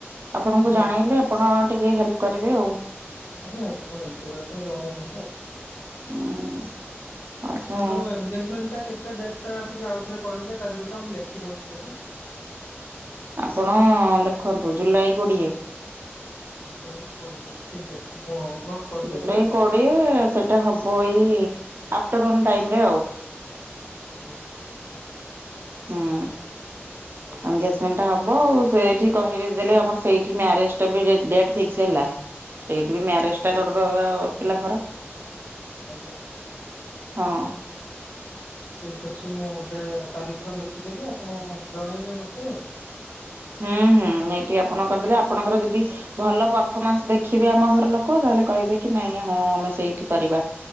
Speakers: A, on the right; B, on the left.
A: ଆପଣଙ୍କୁ
B: ଆଜ୍ଞା
A: ଜଣେଇଲେ ଆପଣ ଟିକେ ହେଲ୍ପ କରିବେ ଆଉ।
B: ଆଜ୍ଞା ଆଜ୍ଞା ଆପଣ <unintelligible> ଜଣାଇବେ ତ।
A: ହୁଁ ଆଚ୍ଛା
B: ଆପଣଙ୍କର ଏନଗେଜମେଣ୍ଟ ଟା କେତେ ଡେଟ୍ ଟା ଟିକେ ଆଉଥରେ କହିଲେ ତାରିଖ ଟା ମୁଁ ଲେଖି ଦଉଛି ଏବେ?
A: ଆପଣ ଲେଖନ୍ତୁ ଜୁଲାଇ କୋଡିଏ।
B: ଜୁଲାଇ କୋଡିଏ ଠିକ୍ ଅଛି ମୁଁ ନୋଟ୍ କରିଦେଲି
A: ଜୁଲାଇ କୋଡିଏ ସେଇଟା ହବ ଏଇ ଆପଟରନୁନ୍ ଟାଇମରେ ଆଉ।
B: ଆଜ୍ଞା ଆଜ୍ଞା।
A: ହୁଁ।
B: ଆଜ୍ଞା
A: ଏନଗେଜମେଣ୍ଟ
B: ଆଜ୍ଞା।
A: ଟା ହବ ଆଉ। ସେଇଠି କହି ଦେଲେ ଆମର ସେଇଠି ମ୍ୟାରେଜ ଟା ବି ଡେଟ ଫିକ୍ସ ହେଲା ସେଇଠି ବି
B: ଆଜ୍ଞା
A: ମ୍ୟାରେଜ ଟା କରିଦବା ପିଲାଙ୍କର।
B: ଆଜ୍ଞା।
A: ହଁ।
B: ଠିକ ଅଛି ମୁଁ ଗୋଟେ ତାରିଖ ଲେଖିଦେଲିି ଆପଣ ଜଣେଇବେ ମତେ ଆଉ।
A: ହୁଁ ହୁଁ ଏଇଠି ଆପଣ କରିଦେଲେ। ଆପଣଙ୍କର ଯଦି ଭଲ ପରଫମାନ୍ସ ଦେଖିବେ। ଆମ ଘର ଲୋକ ତାହେଲେ କହିବେ କି ନାଇଁ ହଁ ଆମେ ସେଇଠି
B: ଆଜ୍ଞା।
A: କରିବା।